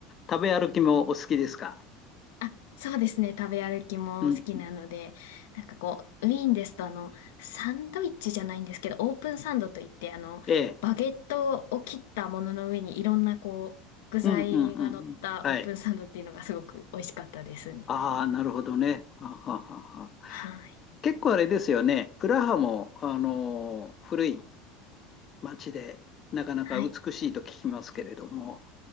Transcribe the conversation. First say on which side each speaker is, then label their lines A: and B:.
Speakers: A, on the left; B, on the left.
A: 食べ歩きもお好きですか。
B: あ、そうですね。食べ歩きも好きなので、
A: うん。
B: なんかこう、ウィーンですとあの、サンドイッチじゃないんですけど、オープンサンドといって、あの、
A: ええ。
B: バゲットを切ったものの上にいろんなこう、具材が乗ったオープンサンドっていうのがすごく美味しかったですね。
A: うん、うん、うん。うんはい。ああ、なるほどね。はははは。
B: はい。
A: 結構あれですよね。プラハも、あのー古い街で、なかなか美しいと聞きますけれども、
B: はい。